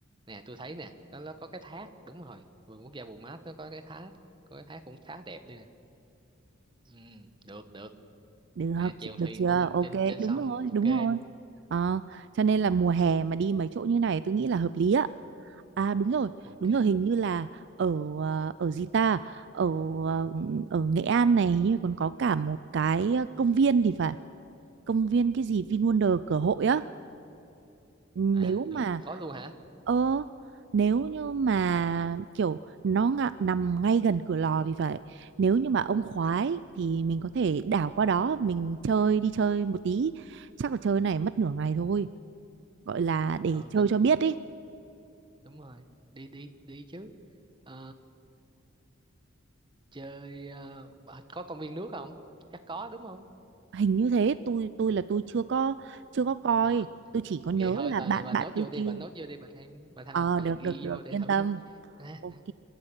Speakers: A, on the right; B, on the right.
A: nè tôi thấy nè nó, nó có cái thác đúng rồi vườn quốc gia Bù Mát nó có cái thác có cái thác cũng khá đẹp đây nè ừ, được được
B: Được,
A: nè chèo
B: được
A: thuyền
B: chưa?
A: luôn
B: Ok,
A: trên trên sông
B: đúng rồi,
A: ok
B: đúng rồi. Ờ, cho nên là mùa hè mà đi mấy chỗ như này tôi nghĩ là hợp lý á. À đúng rồi,
A: ok
B: đúng rồi, hình như là ở ờ, ở gì ta? Ở ờ, ở Nghệ An này hình như còn có cả một cái ờ, công viên thì phải. Công viên cái gì VinWonder Cửa Hội á. Ừ.
A: à
B: nếu
A: được
B: mà
A: có luôn hả
B: ơ nếu như mà kiểu nó ngạ- nằm ngay gần cửa lò vì vậy nếu như mà ông khoái thì mình có thể đảo qua đó mình chơi đi chơi một tí chắc là chơi này mất nửa ngày thôi gọi là để
A: ừ
B: chơi
A: mình
B: cho biết đi
A: đúng rồi đi đi đi chứ Ờ, chơi ờ, bà- có công viên nước không chắc có đúng không
B: hình như thế tôi tôi là tôi chưa có chưa có coi
A: Ờ,
B: tôi chỉ có nhớ
A: vậy thôi
B: là
A: bà
B: bạn
A: bà
B: bạn
A: nốt
B: tôi
A: vô đi
B: kêu
A: bà nốt vô đi bà thêm bà tha,
B: ờ
A: bà
B: được
A: ghi
B: được được
A: vô để
B: yên
A: thử
B: tâm
A: đi Nè,
B: ok